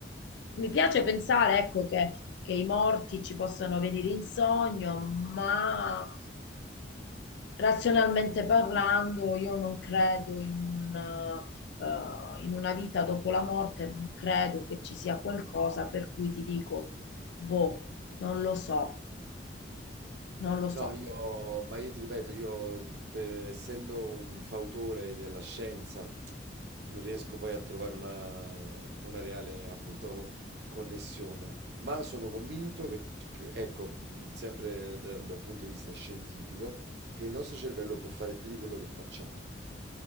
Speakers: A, on the left; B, on the right.
A: Mi piace pensare, ecco, che, che i morti ci possano venire in sogno, ma Razionalmente parlando, io non credo in un, eh, eh, in una vita dopo la morte, non credo che ci sia qualcosa per cui ti dico, boh, non lo so, non lo so.
B: No, io, ma io ti ripeto, io mhmm, per, essendo un fautore della scienza, non riesco poi a trovare una, una reale, appunto, <laughs> connessione. Ma sono convinto che, che- ecco, mh, sempre dal, dal punto di vista scientifico, che il nostro cervello può fare più di quello che facciamo,